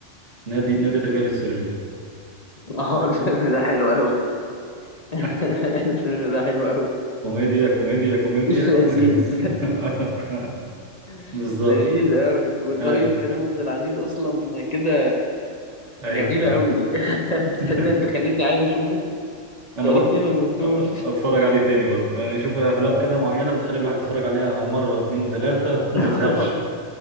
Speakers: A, on the right; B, on the left.
A: نادي نادي الرجال السري
B: <laughs> اه الفيلم ده حلو اوي
A: <laughs>
B: <laughs> الفيلم ده حلو اوي
A: كوميديا كوميديا كوميديا
B: لذيذ
A: و... <laughs>
B: <laughs>
A: بالظبط
B: لذيذ اوي وطريقة
A: اي
B: كريم عبد العزيز اصلا كده
A: اي
B: جميلة أوي <laughs> تصدق
A: <laughs>
B: أنت خليتني عايز أشوفه
A: انا
B: بقالي
A: بقى
B: كتير ما شفتوش
A: اتفرج عليه تاني برضو يعني شوف افلام
B: آه.
A: كده معينة بتخلي الواحد يتفرج عليها مرة واثنين وثلاثة <laughs> وما
B: <laughs>
A: يزهقش